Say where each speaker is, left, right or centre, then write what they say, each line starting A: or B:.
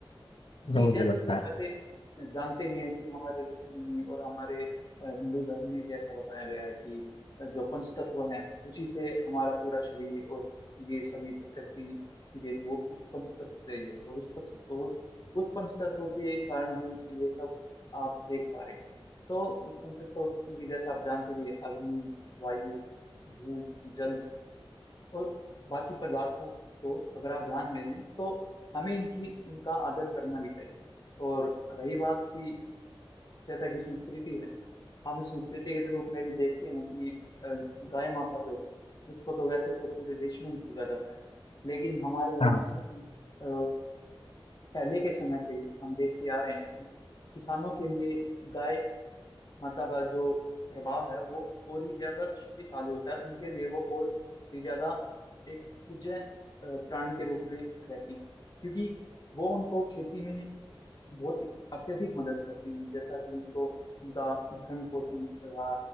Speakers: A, on the left; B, on the left.
A: ऐसा
B: जी
A: मुझे
B: जैसा
A: लगता
B: कि हम
A: है
B: वैसे जानते भी हैं कि हमारे ऋषि मुनि और हमारे अ, हिंदू धर्म में भी ऐसा बताया गया है कि अ, जो पंच तत्व हैं उसी से हमारा पूरा शरीर और ये सभी प्रकृति की देन वो उस पंच तत्व से ही है और उस पंच और उस पंच तत्व के कारण ही ये सब आप देख पा रहे हैं तो उस पंच तत्व की जैसे आप जानते भी हैं अग्नि वायु भूप जल और बाकी पदार्थों को अगर आप ध्यान में लें तो हमें इनकी इनका आदर करना भी चाहिए और रही बात की जैसा कि संस्कृति है हम संस्कृति के रूप में भी देखते हैं कि अ, गाय माता जो है उसको तो वैसे तो पूरे देश में ही पूजा जाता है लेकिन हमारे यहाँ
A: हाँ।
B: चूंकि अ, पहले के समय से ही हम देखते आ रहे हैं कि किसानों के लिए गाय माता का जो प्रभाव है वो और ही ज्यादा शक्तिशाली होता है उनके लिए वो और भी ज्यादा एक पूज्य अ, प्राणी के रूप में रहती है क्योंकि वो उनको खेती में बहुत ही अत्यधिक मदद करती हैं जैसा कि उनको उनका भरण पोषण रहा